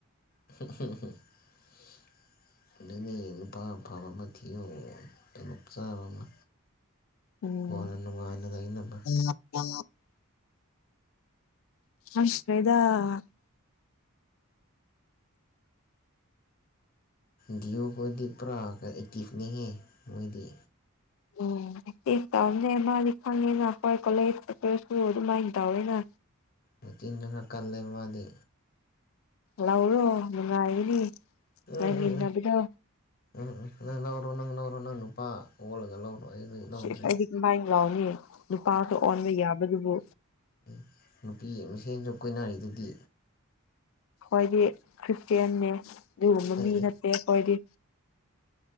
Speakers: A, on the left; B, on the left.
A: <unintelligible> ꯑꯗꯨꯅꯦ ꯅꯨꯄꯥ ꯑꯐꯕ ꯑꯃ ꯊꯤꯌꯣ ꯇꯣꯂꯣꯞ ꯆꯥꯕ ꯑꯃ
B: ꯎꯝ
A: ꯀꯣꯟꯅ ꯅꯨꯡꯉꯥꯏꯅ ꯂꯩꯅꯕ
B: <unintelligible> ꯑꯁ <unintelligible>
A: ꯗꯤꯌꯣ ꯈꯣꯏꯗꯤ ꯄꯨꯔꯥ ꯑꯦꯛꯇꯤꯞꯅꯦꯍꯦ ꯃꯣꯏꯗꯤ
B: ꯎꯝ ꯑꯦꯛꯇꯤꯞ ꯄꯥꯝꯗꯦ ꯃꯥꯗꯤ ꯈꯪꯉꯦꯗ ꯑꯩꯈꯣꯏ ꯀꯣꯂꯦꯖ ꯁꯨ ꯑꯗꯨꯃꯥꯏꯅ ꯇꯧꯋꯦꯅ
A: ꯑꯦꯛꯇꯤꯡꯖꯨ ꯈꯔ ꯀꯜꯂꯦ ꯃꯥꯗꯤ
B: ꯂꯧꯔꯣ ꯅꯨꯡꯉꯥꯏꯒꯅꯤ
A: ꯎꯝ ꯎꯝ
B: ꯂꯩꯃꯤꯟꯅꯕꯗꯣ
A: ꯎꯝ ꯎꯝ ꯎꯝ ꯅꯪ ꯂꯧꯔꯣ ꯅꯪ ꯅꯪ ꯂꯧꯔꯣ ꯅꯪ ꯅꯨꯄꯥ <unintelligible> ꯂꯧꯗ꯭ꯔꯦ
B: ꯁꯤꯁ ꯑꯩꯗꯤ ꯀꯃꯥꯏ ꯂꯧꯅꯤ ꯅꯨꯄꯥꯁꯨ ꯑꯣꯟꯕ ꯌꯥꯕꯗꯨꯕꯨ
A: ꯎꯝ ꯅꯨꯄꯤ ꯃꯁꯦꯟꯁꯨ ꯀꯨꯣꯏꯅꯔꯤꯗꯨꯗꯤ
B: ꯑꯩꯈꯣꯏꯗꯤ <unintelligible> ꯑꯗꯨꯒꯨꯝꯕ
A: ꯑꯦ
B: ꯃꯤ
A: ꯑꯦ
B: ꯅꯠꯇꯦ ꯑꯩꯈꯣꯏꯗꯤ